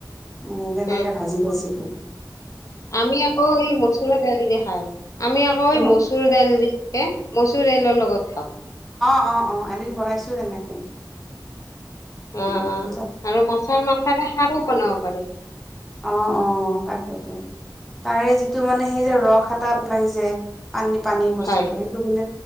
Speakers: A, in the centre; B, on the left.
A: উ তেনেকে
B: উম,
A: ভাজি গৈছিলো।
B: আমি আকৌ এই মচুৰ দাইল যে খাই আমি আকৌ
A: তেনে
B: এই মচুৰ দাইল যে মচুৰ। মচুৰদাইলৰ লগত খাওঁ।
A: অঁ অঁ এদিন বনাইছোঁ তেনেকে।
B: অঁ
A: উম
B: অঁ আৰু মাছৰ মাথাৰে খাৰো বনাব পাৰি।
A: অঁ অঁ তাকে। তাৰে যিটো মানে সেই যে ৰস এটা ওলাই যে। পানী পানী বস্তুতটো
B: হয়।
A: সেইটো বোলে